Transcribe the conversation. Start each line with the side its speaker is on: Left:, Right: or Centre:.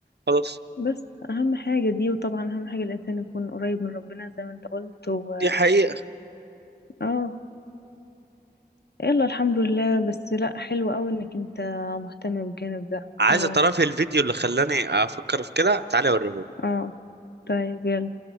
Right: خلاص
Left: بس اهم حاجه دي وطبعا اهم حاجه الانسان يكون قريب من ربنا زي ما انت قلت و...
Right: دي حقيقه
Left: اه يلا الحمد لله بس لا حلو قوي انك انت مهتم بالجانب ده
Right: عايز
Left: هو
Right: تعرفي الفيديو اللي خلاني افكر في كده تعالي اوريهولك
Left: اه طيب يلا